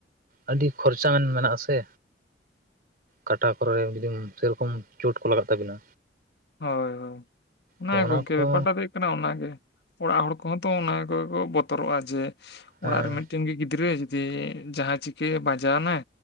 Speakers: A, on the right; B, on the left.
A: ᱟᱹᱰᱤ ᱠᱷᱚᱨᱪᱟ ᱢᱮᱱᱟᱜᱼᱟ ᱥᱮ᱾ ᱠᱟᱴᱟ ᱠᱚᱨᱮ ᱮᱠᱫᱚᱢ ᱥᱮᱨᱚᱠᱚᱢ ᱪᱚᱳᱴ ᱠᱚ ᱞᱟᱜᱟᱜ ᱛᱟᱵᱤᱱᱟ᱾
B: ᱦᱳᱭ ᱦᱳᱭ ᱚᱱᱟ
A: ᱛᱚ
B: ᱜᱚᱝᱠᱮ
A: ᱠᱚ
B: ᱵᱮᱯᱟᱨᱴᱟᱜ ᱫᱚ ᱠᱟᱱᱟ ᱚᱱᱟᱜᱮ ᱚᱲᱟᱜ ᱦᱚᱲ ᱠᱚᱦᱚᱸ ᱛᱚ ᱚᱱᱟ ᱠᱚᱜᱮ ᱠᱚ ᱵᱚᱛᱚᱨᱚᱜ-ᱟ ᱡᱮ
A: ᱦᱮᱸ
B: ᱚᱲᱟᱜ ᱨᱮ ᱢᱤᱫᱴᱮᱱ ᱜᱮ ᱜᱤᱫᱽᱨᱟᱹ ᱡᱩᱫᱤ ᱡᱟᱦᱟᱸ ᱪᱤᱠᱟᱹᱭᱮ ᱵᱟᱡᱟᱣᱱᱟᱭ